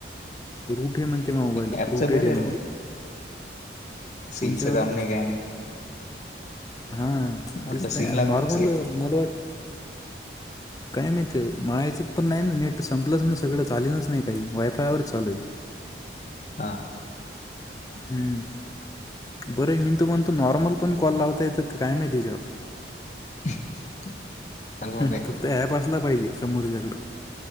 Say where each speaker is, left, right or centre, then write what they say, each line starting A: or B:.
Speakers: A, on the left; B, on the left.
A: <unintelligible> मोबाईल
B: ऍपच
A: रूटेड
B: बर
A: आहे म्हणते
B: रे मग,, सिमच
A: कोणच्यावाले
B: काम नाही काय नाही.
A: हा
B: वाटलं
A: तेच
B: सिम
A: ना नाही
B: लागत
A: र नॉर्मल,,
B: असेल
A: मला वाट काय माहित, म्हळायचं पण नाही ना, नेट संपलंच नस सगळं चालीनाच नाही काही,, वायफायवरच चालू आहे
B: हा <inaudible>
A: हम्म बरं मी तं म्हणतो नॉर्मल पण कॉल लावता येत काय माहिती एच्याव
B: <inaudible> आहे
A: ह
B: काहीतरी
A: फक्त ॲप असला पाहिजे समोरच्याकडं.